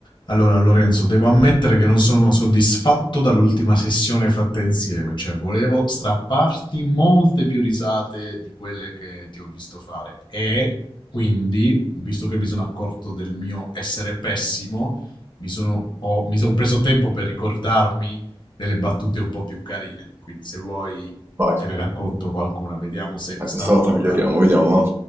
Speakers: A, on the left; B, on the right.
A: Allora, Lorenzo, devo ammettere che non sono soddisfatto dall'ultima sessione fatta insieme, cioè volevo strapparti molte più risate di quelle che ti ho visto fare e quindi, visto che mi sono accorto del mio essere pessimo, mi sono, ho- mi sono preso tempo per ricordarmi delle battute un po' più carine. Quindi, se vuoi,
B: Vai,
A: te ne racconto qualcuna, vediamo se
B: eh,
A: stavolta
B: questa volta miglioriamo, vediamo. va.